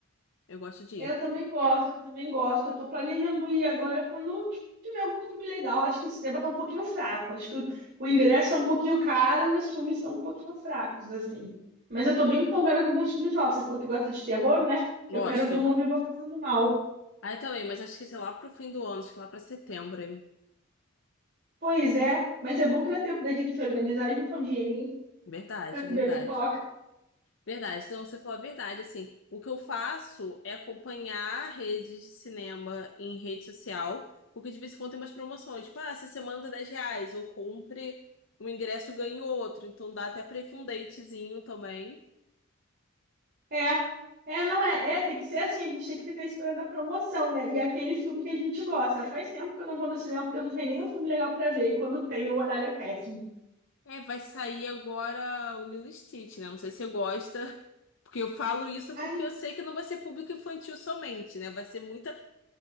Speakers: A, on the left (about 60°); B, on the right (about 50°).
A: Eu gosto de
B: Eu
A: ir.
B: também gosto, eu também gosto. Eu tô planejando ir agora quando t- tiver algum filme legal. Acho que esse tema tá um pouquinho fraco. Acho que o, o ingresso tá um pouquinho caro e os filmes estão um pouquinho fracos, assim. Mas eu tô bem empolgada com alguns filmes novos. Você falou que gosta de terror, né?
A: Gosto.
B: Eu quero ver o novo Invocação do Mal.
A: Ah, eu também, mas acho que sei lá pro fim do ano, acho que lá pra setembro, hein?
B: Pois é, mas é bom que dá tempo da gente se organizar e juntar um dinheirinho
A: Verdade,
B: pra comer
A: verdade.
B: pipoca.
A: Verdade, então você falou a verdade, assim, o que eu faço é acompanhar redes de cinema em rede social, porque de vez em quando tem umas promoções, tipo, ah, essa semana tá 10 reais, ou compre um ingresso, ganhe outro, então dá até pra ir com um datezinho também.
B: É, é, não é, é, tem que ser assim, a gente tem que ficar esperando a promoção, né? E aquele filme que a gente gosta. Faz tempo que eu não vou no cinema porque não tem nenhum filme legal pra ver, e quando tem, o horário é péssimo.
A: É, vai sair agora o Lilo e Stitch, né, não sei se você gosta, <laughs> porque eu falo isso
B: Ai,
A: porque eu sei que não vai ser público infantil somente, né, vai ser muita,